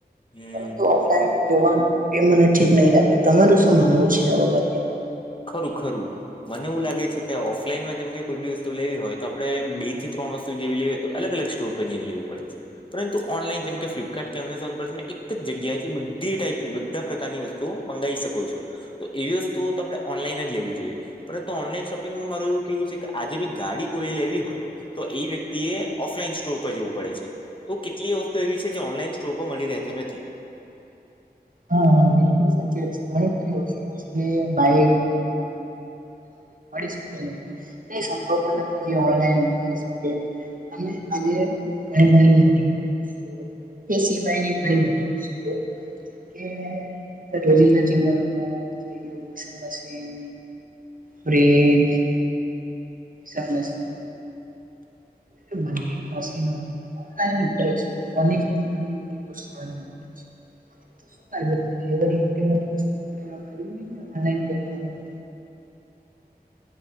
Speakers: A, on the left (about 30°); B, on the right (about 55°).
A: હમ્મ
B: પરંતુ ઓફલાઈન જોવાનું એ મને ઠીક નહી લાગે તમારું શું માનવું છે આ બાબતે?
A: ખરું ખરું, મને એવું લાગે છે કે ઓફલાઈનમાં જેમ કે કોઈ બી વસ્તુ લેવી હોય તો આપડે થી્રણ વસ્તુ જેવી લે હો તો અલગ અગ સ્ટોર પર જઈને લેવું પડે. પરંતુ ઓનલાઈન જેમ કે ફ્લિપકાર્ટ કે અમેઝોન પર તમે એક જગ્યાથી બધી ટાઈપની બધા પ્રકારની વસ્તુઓ મંગાવી શકો તેવી છો, તો એવી વસ્તુ ઓનલાઈન જ લેવી જોઈએ, પરંતુ ઓનલાઈન શોપિંગમાં માર એવું કેવું છે કે આજે બી ગાડી કોઈએ લેવી હોય. તો એ વ્યક્તિએ, ઓફલાઈન સ્ટોર પર જવું પડે છે. તો કેટલીએ વસ્તુ એવી છે જે ઓનલાઈન સ્ટોર પર મળી રેહતી નથી.
B: હા હા બિલકુલ સાચત વસ્તુ કઈ મળી શક નથી. એ સંભવ પણ નથી જે ઓનલાઈન મંગાવી શકે. અને આજે ઘયલ ઘયલ હોટેલ વટેલ એ સિવાય ની ગણી બધી વસ્તુઓ જેમ કે રોજિંદા જીવનો થઇ વોશિંગ મશીન ફ્રીજ સમસ્યા એ બનતીન મશીનો ઓનલાઇન ઈ મળે. ફર્નીચર થી માંડી ને દરેક <unintelligible> મળે છે. <unintelligible> એ બધી એટી મોટી વસ્તુ આપડે ખરીદી લેવાય ઓનલાઇન પ્લેટફોર્મ પર?